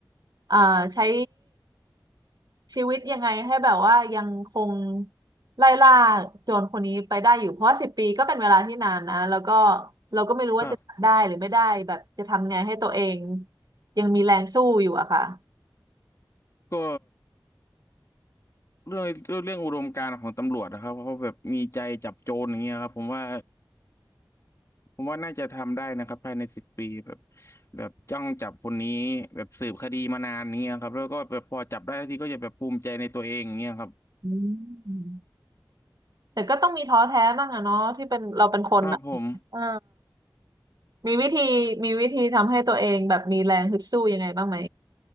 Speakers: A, on the right (about 60°); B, on the left (about 40°).
A: เอ่อใช้ชีวิตยังไงให้แบบว่ายังคงไล่ล่าโจรคนนี้ไปได้อยู่เพราะสิบปีก็เป็นเวลาที่นานนะแล้วก็เราก็ไม่รู้ว่าจะทำได้หรือไม่ได้แบบจะทำไงให้ตัวเอง
B: ครับ
A: ยังมีแรงสู้อยู่อะค่ะ
B: ก็เรื่องเรื่องอุดมการณ์ของตำรวจนะครับเขาแบบมีใจจับโจรอย่างเงี้ยครับผมว่าผมว่าน่าจะทำได้นะครับภายในสิบปีแบบแบบจ้องจับคนนี้แบบสืบคดีมานานอย่างเงี้ยครับแล้วก็แบบพอจับได้ทีก็จะแบบภูมิใจในตัวเองอย่างเงี้ยครับ
A: อืมแต่ก็ต้องมีท้อแท้บ้างอะเนาะที่เป็นเราเป็นคนอะ
B: ครับผม
A: เออ มีวิธีมีวิธีทำให้ตัวเองแบบมีแรงฮึดสู้ยังไงบ้างไหม